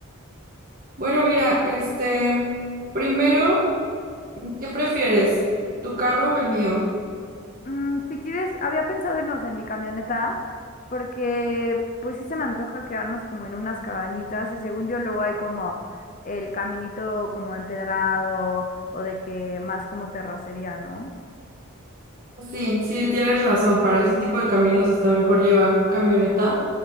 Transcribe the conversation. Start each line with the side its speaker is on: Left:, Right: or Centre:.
Right: Bueno, mira, este, primero. ¿Qué prefieres? ¿Tu carro o el mío?
Left: Mm, si quieres, había pensado irnos en mi camioneta porque pues sí se me antoja quedarnos como en unas cabañitas y según yo luego hay como el caminito como empedrado o de que más como terracería, ¿no?
Right: Sí, sí, tienes razón. Para ese tipo de caminos está mejor llevar camioneta.